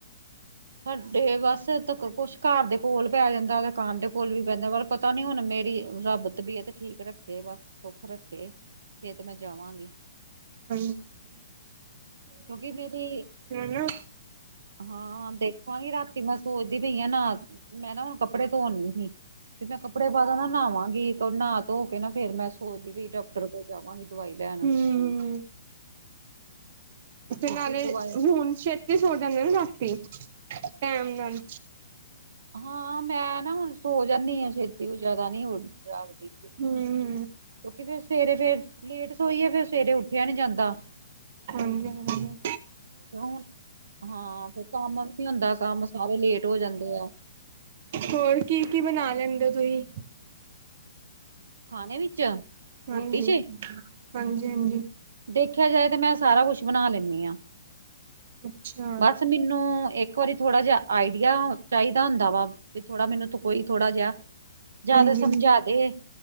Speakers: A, on the right (about 80°); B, on the right (about 40°).
A: ਸਾਡੇ ਵਸ, ਤਾਂ ਕੁਛ ਘਰ ਦੇ ਕੋਲ ਪੇਯਾ ਰਹਿੰਦਾ ਵੈ, ਘਰ ਦੇ ਕੋਲ ਵੀ ਪੈਂਦਾ, ਪਰ ਪਤਾ ਨੀ ਹੁਣ ਮੇਰੀ ਰੱਬ ਤਬੀਅਤ ਠੀਕ ਰੱਖੇ, ਬਸ ਸੁੱਖ ਰੱਖੇ। ਫੇਰ ਤੇ ਮੈਂ ਜਾਵਾਂਗੀ।
B: ਹਹੀ <unintelligible>
A: ਕਿਉਂਕਿ ਮੇਰੀ,
B: ਨਾ।
A: ਹਾਂ ਦੇਖਾਗ਼ੀ ਰਾਤੀ ਮੈਂ ਸੋਚਦੀ ਪਈ ਆ ਨਾ, ਮੈਂ ਨਾ ਹੁਣ ਕੱਪੜੇ ਧੋਣ ਲਗੀ ਸੀ। ਤੇ ਮੈਂ ਕੱਪੜੇ ਪਾ ਦੇ ਨਾ ਨਹਾਵਾਂਗੀ, ਨਾਹ ਧੋ ਕੇ ਨਾ ਫੇਰ, ਮੈਂ ਸੋਚਦੀ ਵੀ ਡਾਕਟਰ ਕੋਲ ਜਾਵਾਂਗੀ। ਦਵਾਈ ਲੈਣ
B: ਹੂ ਤੇ
A: ਕਿਉਂਕਿ
B: ਨਾਲੇ
A: ਦਵਾਈ
B: ਹੁਣ ਛੇਤੀ ਸੋ ਜਾਗੇ ਨਾ ਰਾਤੀ, ਟਾਈਮ ਨਾਲ।
A: ਹਾਂ ਮੈਂ ਨਾ ਹੁਣ ਸੋ ਜਾਨੀਂ ਆ ਛੇਤੀ, ਉਹ ਜਿਆਦਾ ਨੀ ਹੁਣ ਜਾਗਦੀ।
B: ਹੂ ਹੂ
A: ਕਿਉਂਕਿ ਫਿਰ ਸਵੇਰੇ, ਫੇਰ ਲੇਟ ਸੋਈਏ ਫਿਰ ਸਵੇਰੇ ਉੱਠਿਆ ਨੀ ਜਾਂਦਾ।
B: ਹਾਂਜੀ ਹਾਂਜੀ
A: ਹੁ ਹਾਂ ਫਿਰ ਕੰਮ ਵੀ ਨੀ ਹੁੰਦਾ, ਕੰਮ ਸਾਰੇ ਲੇਟ ਹੋ ਜਾਂਦੇ ਐ।
B: ਹੋਰ ਕੀ ਕੀ ਬਣਾ ਲੈਂਦੇ ਹੋ ਤੁਸੀਂ
A: ਖਾਣੇ ਵਿੱਚ
B: ਹਾਂਜੀ
A: ਰੋਟੀ ਚ
B: ਹਾਂਜੀ ਹਾਂਜੀ
A: ਦੇਖਿਆ ਜਾਏ ਤੇ, ਮੈਂ ਸਾਰਾ ਕੁਛ ਬਣਾ ਲੈਂਨੀ ਆਂ।
B: ਅੱਛਾ
A: ਬਸ ਮੈਨੂੰ ਇੱਕ ਇੱਕ ਵਾਰੀ ਥੋੜਾ ਜਹਾ ਆਈਡੀਆ ਚਾਹੀਦਾ ਹੁੰਦਾ ਵਾ, ਵੀ ਥੋੜਾ ਮੈਨੂੰ ਕੋਈ ਥੋੜਾ ਜਹਾ ਜ਼ਿਆਦਾ
B: ਹਾਂਜੀ,
A: ਸਮਝਾ ਦੇ